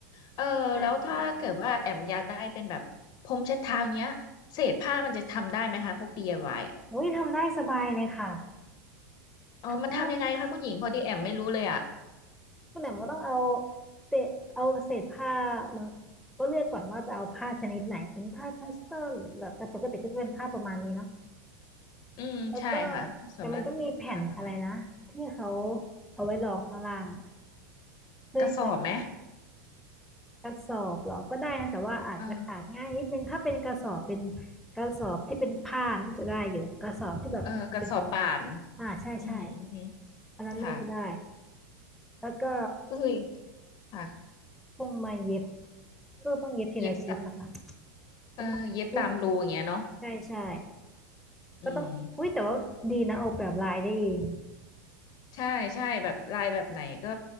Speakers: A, on the left; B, in the centre.
A: เออแล้วถ้าเกิดว่าแอมอยากได้เป็นแบบพรมเช็ดเท้าเนี้ยเศษผ้ามันจะทำได้ไหมคะพวก
B: ได้ได้ได้
A: DIY
B: โอ้ยทำได้สบายเลยค่ะ
A: อ๋อมันทำยังไงคะคุณหญิงพอดีแอมไม่รู้เลยอ่ะ
B: ทำได้ คุณแหม่มก็ต้องเอาเศษเอาเศษผ้ามาก็เลือกก่อนว่าจะเอาผ้าชนิดไหนเป็นผ้าคัสตอมแบบแต่ปกติก็จะเป็นผ้าประมาณนี้เนาะ
A: อืมใช่ค่ะสามารถพาประมาณ
B: แล้วก็แต่มันก็มีแผ่นอะไรนะที่เขาเอาไว้รองข้างล่างอะเพื่อจะ
A: กระสอบไหม
B: กระสอบหรอก็ได้นะแต่ว่าอาจจะขาดง่ายนิดนึงถ้าเป็นกระสอบเป็น
A: เออ
B: กระสอบที่เป็นผ้าน่าจะได้อยู่กระสอบที่แบบเป็น
A: เออกระสอบป่าน
B: อ่าใช่ใช่
A: อืมอืมอืม
B: อันนั้นน่าจะได้
A: ค่ะ
B: แล้วก็
A: ก็คือค่ะ
B: พวงมาเย็บเพื่อต้องเย็บทีละชิ้นนะคะ
A: เย็บตะ
B: ใช่ปะชิ้นสอง
A: เออเย็บตามรูอย่างเงี้ยเนาะ
B: ใช่ใช่
A: อืม
B: ก็ต้องอุ้ยแต่ว่าดีนะออกแบบลายได้เอง
A: ใช่ใช่แบบลายแบบไหนก็